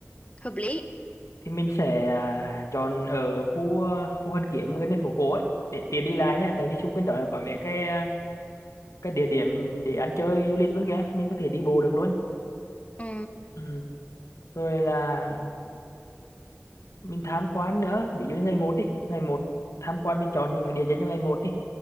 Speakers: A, on the left; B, on the left.
A: hợp lý
B: thì mình sẽ à, chọn ở khu à, khu Hoàn Kiếm gần đến phố cổ ấy để tiện đi lại nha tại vì xung quanh đó là có mấy cái à, cái địa điểm để ăn chơi du lịch luôn kìa mình có thể đi bộ được luôn
A: ừ
B: ừ. rồi là mình tham quan nữa ví dụ như ngày một đi ngày một tham quan mình chọn những cái địa danh cho ngày một đi